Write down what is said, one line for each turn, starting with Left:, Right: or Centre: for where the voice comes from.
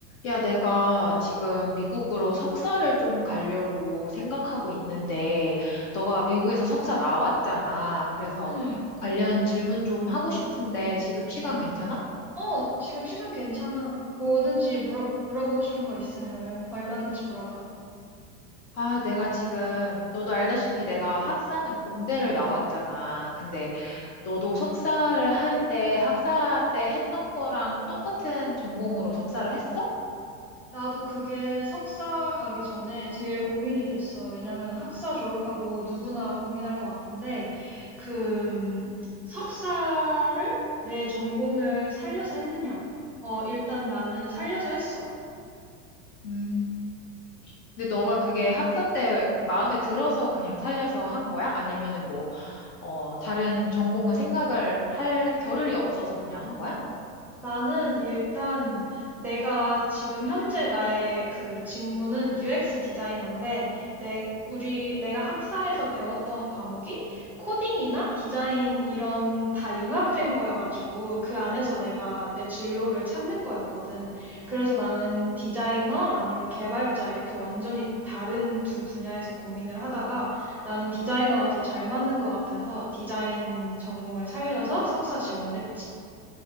Left: 야, 내가 지금 미국으로 석사를 좀 가려고 생각하고 있는데, 너가 미국에서 석사 나왔잖아. 그래서
Centre: 응
Left: 관련 질문 좀 하고 싶은데, 지금 시간 괜찮아?
Centre: 어, 지금 시간 괜찮아. 뭐 뭐든지 물어, 물어보고 싶은 거 있으면 얼, 얼마든지 물어봐.
Left: 아, 내가 지금, 너도 알다시피 내가 학사는 공대를 나왔잖아. 근데 너도 석사를 할 때, 학사 때 했던 거랑 똑같은 전공으로 석사를 했어?
Centre: 나도 그게 석사 가기 전에 제일 고민이 됐어. 왜냐면 학사 졸업하고 누구나 고민할 것 같은데, 그, 음, 석사를 내 전공을 살려서 했느냐? 어, 일단 나는 살려서 했어.
Left: 음. 근데 너가 그게 학사 때 마음에 들어서 그냥 살려서 한 거야? 아니면은 뭐, 어, 다른 전공을 생각을 할 겨를이 없어서 그냥 한 거야?
Centre: 나는 일단 내가 지금 현재 나의 그 직무는 UX 디자이너인데 내 우리 내가 학사에서 배웠던 과목이 코딩이나 디자인 이런 다 융합된 거여가지고 그 안에서 내가 내 진로를 찾는 거였거든. 그래서 나는 디자이너 아니면 개발자 이렇게 완전히 다른 두 분야에서 고민을 하다가 나는 디자이너가 더 잘 맞는 것 같아서 디자인 전공을 살려서 석사 지원을 했지.